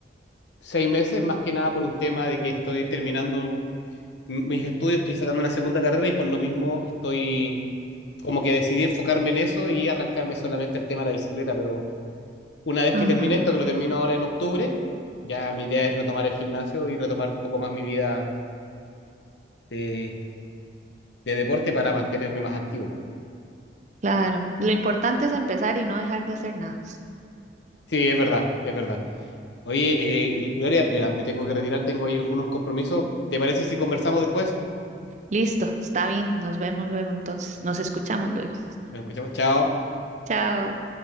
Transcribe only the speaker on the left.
seis meses, más que nada por un tema de que estoy terminando m- mis estudios, estoy sacando una segunda carrera y por lo mismo estoy como que decidí enfocarme en eso y arrancarme solamente al tema de la bicicleta, pero una vez
que termine esto, que lo termino ahora en octubre, ya mi idea es retomar el gimnasio y retomar un poco más mi vida de, de deporte para mantenerme más activo.
Sí, es verdad, es verdad. Oye, eh, Gloria, mira, me tengo que retirar, tengo ahí algunos compromisos. ¿Te parece si conversamos después?
Nos escuchamos. Chao.